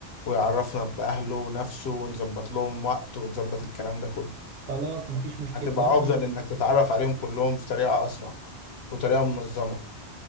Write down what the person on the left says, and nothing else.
ويعرفنا بأهله ونفسه ونظبط لهم وقت ونظبط الكلام ده كله
هتبقى
افضل
انك تتعرف عليهم كلهم بطريقه اسرع وطريقه منظمه